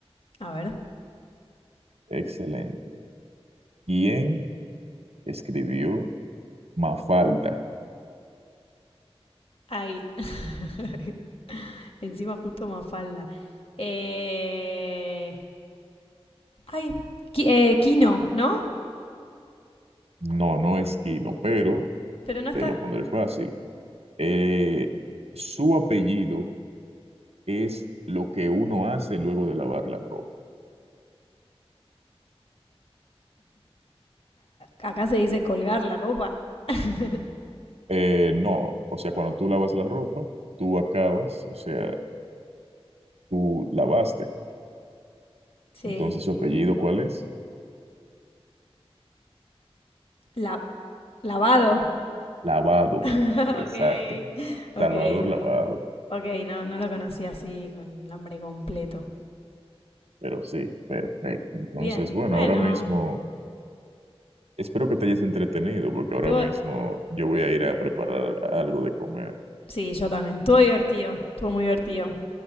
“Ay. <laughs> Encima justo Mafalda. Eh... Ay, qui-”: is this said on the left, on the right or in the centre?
Left